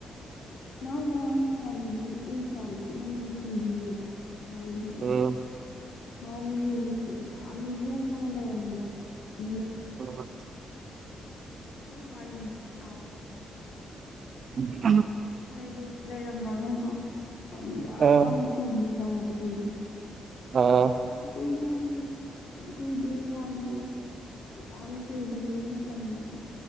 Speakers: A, on the left (about 65°); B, on the right (about 55°).
A: ꯃꯥꯅ ꯍꯥꯏꯕꯗꯤ ꯑꯩꯁꯦ ꯌꯥꯝ ꯊꯤꯅ ꯅꯨꯡꯁꯤꯕꯤꯕꯀꯣ ꯍꯥꯏꯗꯤ
B: ꯎꯝ
A: ꯃꯥꯒꯤ ꯃꯤꯅꯨꯡꯁꯤ ꯃꯌꯥꯝꯅ ꯌꯣꯝꯃꯒ ꯂꯩꯔꯝꯗ ꯎ
B: ꯑ
A: ꯋꯥꯏꯅꯤ ꯀꯠꯇ
B: ꯎ
A: ꯍꯥꯏꯗꯤ ꯂꯩꯔꯝꯃꯒꯀꯣ ꯍꯥꯏꯗꯤ ꯂꯥꯛꯅ
B: ꯑ
A: ꯆꯦꯟꯖ ꯇꯧꯈꯤꯕ
B: ꯑꯣ
A: ꯀꯣꯏꯗ ꯇꯨ ꯗ ꯋꯥ ꯋꯥꯟꯗ ꯌꯥꯝ ꯀꯏꯗꯕꯤꯃ ꯃꯇꯝꯗꯀꯣ